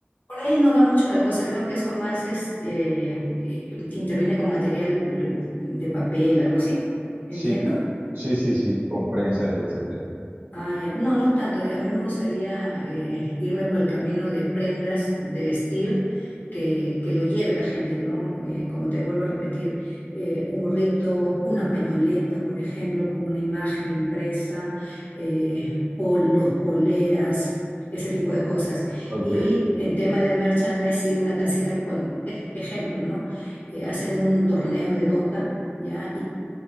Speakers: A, on the left; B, on the right.
A: Por ahí no va mucho la cosa, creo que eso más es, eh, eh, interviene con material eh, de papel, algo así, ¿entiendo?
B: Sí, claro. sí, sí, sí, con prensas, etcétera.
A: Ah, ya. No, no tanto. digo, A mí me gustaría eh, irme por el camino de prendas, de vestir, que, que lo lleve la gente, ¿no? Eh, como te vuelvo a repetir, eh, un gorrito, una pañoleta, por ejemplo, con una imagen impresa, eh, polos, poleras. ese tipo de cosas.
B: Ok,
A: Y en tema de merchandise, sí, una tacita, cuando, ej- ejemplo, ¿no? Eh, hacen un torneo de Dota, ¿ya?